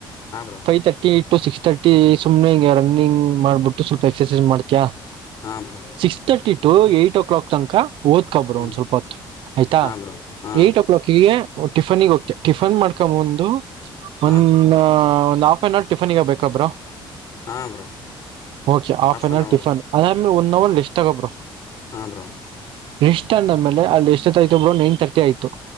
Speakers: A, on the left; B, on the right.
A: ಹಾಂ bro
B: five thirty to six thirty ಸುಮನೆ ಹಂಗೆ ರನ್ನಿಂಗ್ ಮಾಡ್ಬಿಟ್ಟು ಸ್ವಲ್ಪ ಎಕ್ಸರ್ಸೈಜ್ ಮಾಡ್ತಿಯಾ
A: ಹಾಂ bro
B: six thirty to eight o'clock ತನಕ ಓದ್ಕಬರು
A: ಹ್ಞೂ
B: ಒಂದ್ ಸ್ವಲ್ಪ ಹೊತ್ತು ಆಯ್ತಾ,
A: ಹಾಂ ಬ್ರೋ ಹಾಂ
B: ಎಂಟೊಕಲೋಕೀಗೇ ಓ ಟಿಫನ್ ಗೆ ಹೋಗತಿಯಾ ಟಿಫನ್ ಮಾಡ್ಕೊ ಬಂದು
A: ಹಾಂ
B: ಒಂದ ಒಂದ್ ಹಾಫ್ ಒನ ಅವರ್ ಫನ್ಗ ಬೇಕಬ್ರ
A: ಹಾಂ bro
B: okay half hour
A: an ಅವರು
B: ಟಿಫನ್ ಅ ಒಂದು ಅವರ್ ಲಿಸಷ್ಟ ತಗೊಂಡ್ಬಿಡು.
A: ಹಾ ಬ್ರೋ
B: ರೆಷ್ಟತ ಅಂದೇ ಅಲ್ಲಿ ಎಷ್ಟ ಹೋತ್ತಾಯ್ತು ಬ್ರೋ ನೈನರ್ತಟಿ ಆಯ್ತು